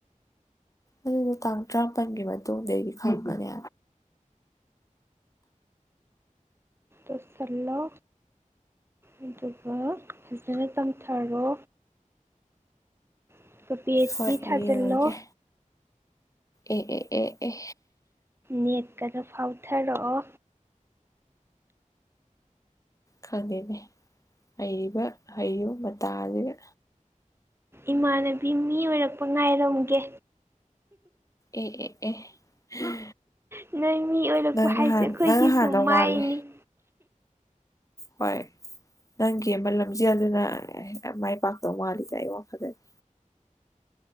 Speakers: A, on the left; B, on the right.
A: ꯑꯗꯨꯗꯣ ꯇꯥꯡ ꯇ꯭ꯕꯥꯝꯃꯥꯄꯜꯒꯤ ꯃꯇꯨꯡꯗꯒꯤ ꯈꯪꯒꯅꯤ
B: ꯇꯧꯁꯤꯜꯂꯣ ꯑꯗꯨꯒ ꯐꯖꯅ ꯇꯝꯊꯔꯣ ꯑꯗꯨꯒ ꯄꯤ ꯑꯩꯆ
A: ꯍꯣꯏ
B: ꯗꯤ ꯊꯥꯖꯤꯜꯂꯣ
A: ꯌꯦꯡꯉꯒꯦ ꯑꯦ ꯑꯦ ꯑꯦ ꯑꯦ
B: ꯅꯦꯠꯀꯗ ꯐꯥꯎꯊꯔꯛꯑꯣ
A: ꯈꯪꯗꯦꯅꯦ ꯍꯩꯔꯤꯕ ꯍꯩꯔꯤꯕ ꯃꯇꯥꯒꯤꯒ
B: ꯏꯃꯥꯟꯅꯕꯤ ꯃꯤ ꯑꯣꯢꯔꯛꯄ ꯉꯥꯏꯔꯝꯒꯦ
A: ꯑꯦ ꯑꯦ ꯑꯦ
B: ꯅꯣꯏ ꯃꯤ ꯑꯣꯏꯔꯛꯄ
A: ꯅꯪ
B: ꯍꯥꯏꯁꯦ
A: ꯅꯥꯍꯥꯟ
B: ꯑꯩꯈꯣꯏꯒꯤꯁꯨ
A: ꯅꯪ ꯍꯥꯟꯗꯧ
B: ꯃꯥꯏꯅꯤ
A: ꯃꯥꯜꯂꯦ ꯍꯣꯢ ꯅꯪꯒꯤꯑꯃ ꯂꯝꯖꯦꯜ ꯗꯨꯅ ꯃꯥꯢ ꯄꯥꯛꯇꯧ ꯃꯥꯜꯂꯤꯗ ꯑꯩ ꯋꯥꯈꯜꯗꯗꯤ